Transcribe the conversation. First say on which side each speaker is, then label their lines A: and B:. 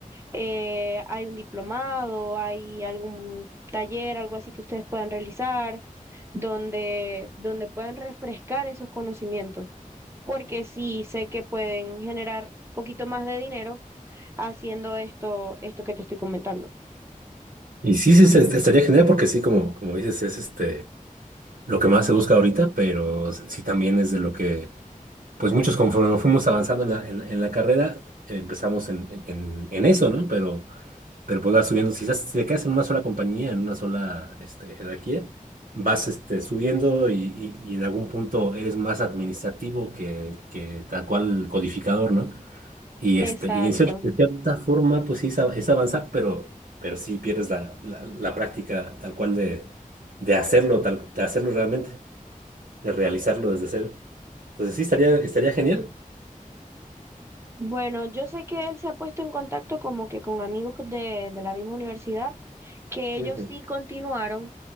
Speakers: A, on the right; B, on the right.
A: eh, hay un diplomado, hay algún taller, algo así que ustedes puedan realizar, donde, donde puedan refrescar esos conocimientos, porque sí sé que pueden generar un poquito más de dinero haciendo esto, esto que te estoy comentando.
B: Y sí, sí, est- estaría genial porque sí, como, como dices, es este lo que más se busca ahorita, pero sí también es de lo que, pues muchos conforme fuimos avanzando en la, en, la en la carrera, eh, empezamos en, en, en- en eso, ¿no? Pero, pero pues vas subiendo, si, estás- si te quedas en una sola compañía, en una sola este, jerarquía, vas este, subiendo y, y- y en algún punto eres más administrativo que, que tal cual codificador, ¿no? Y,
A: Exacto.
B: este, y en cierta, en cierta forma, pues sí, es, av- es avanzar, pero, pero sí pierdes la, la, la práctica tal cual de, de hacerlo, tal, de hacerlo realmente de realizarlo desde cero. Entonces sí, estaría, estaría genial.
A: Bueno, yo sé que él se ha puesto en contacto como que con amigos de, de la misma universidad, que ellos
B: Ujú.
A: sí continuaron, o